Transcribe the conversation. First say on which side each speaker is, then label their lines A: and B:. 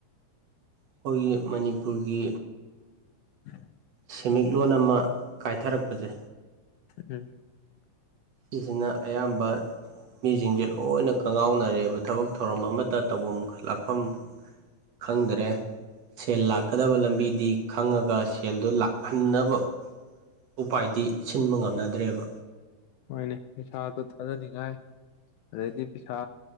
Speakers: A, on the right; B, on the left.
A: ꯑꯩꯈꯣꯏꯒꯤ ꯃꯅꯤꯄꯨꯔꯒꯤ
B: ꯍ <unintelligible>
A: ꯁꯃꯤꯠꯂꯣꯟ ꯑꯃ ꯀꯥꯏꯊꯔꯛꯄꯁꯦ
B: ꯎꯝ
A: ꯁꯤꯁꯤꯅ ꯑꯌꯥꯝꯕ ꯃꯤꯁꯤꯡꯁꯦ ꯂꯣꯏꯅ ꯀꯪꯉꯥꯎꯅꯔꯦꯕ ꯊꯕꯛ ꯊꯧꯔꯝ ꯑꯃꯠꯇ ꯇꯧꯐꯝ ꯂꯥꯛꯐꯝ ꯈꯪꯗ꯭ꯔꯦ ꯁꯦꯜ ꯂꯥꯛꯀꯗꯕ ꯂꯝꯕꯤꯗꯤ ꯈꯪꯉꯒ ꯁꯦꯜꯗꯣ ꯂꯥꯛꯍꯟꯅꯕ ꯎꯄꯥꯏꯗꯤ ꯁꯤꯟꯕ ꯉꯝꯅꯗ꯭ꯔꯦꯕ
B: ꯍꯣꯏꯅꯦ ꯄꯩꯁꯥꯗꯣ ꯊꯥꯖꯅꯤꯡꯉꯥꯏ ꯑꯗꯩꯗꯤ ꯄꯩꯁꯥ